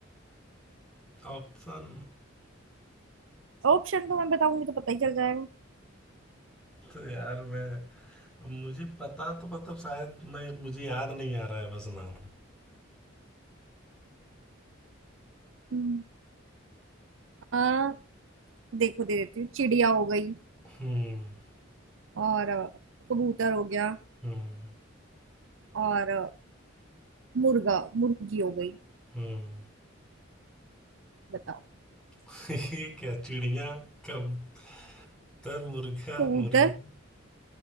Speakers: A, in the centre; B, on the right.
A: ऑप्शन
B: ऑप्शन तो मैं बताऊंगी तो पता ही चल जाएगा
A: तो यार मैं मुझे पता तो मतलब शायद मैं मुझे याद नहीं आ रहा है बस नाम
B: हम्म, आ, देखो दे देती हूँ चिड़िया हो गई
A: हम्म
B: और अ, कबूतर हो गया
A: हम्म
B: और अ, मुर्गा मुर्गी हो गई
A: हम्म
B: बताओ
A: <laughs> ये क्या चिड़िया कबूतर मुर्गा
B: कबूतर
A: मुर्गी